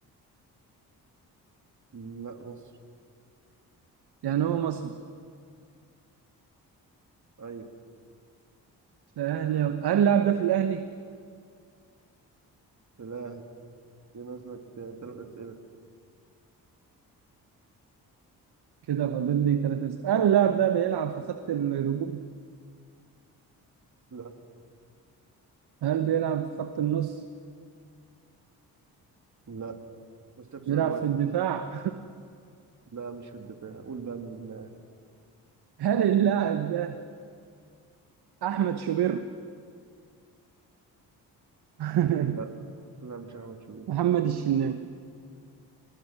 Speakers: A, on the right; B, on the right.
A: مم، لا مصر
B: يعني هو مصري
A: ايوه
B: في أهلي هل اللاعب ده في الأهلي؟
A: الاهلي كده ناقصك ثلاث اسئله
B: كده فاضل لي ثلاثة أسئلة هل اللاعب ده بيلعب في خط الهجوم؟
A: لا
B: هل بيلعب في خط النص؟
A: لا ناقصك سؤال
B: بيلعب
A: واحد
B: في الدفاع؟
A: لا مش في الدفاع قول بقى من الله
B: <laughs> هل اللاعب ده أحمد شوبير؟ <laughs>
A: لا لا مش احمد شوبير
B: محمد الشناوي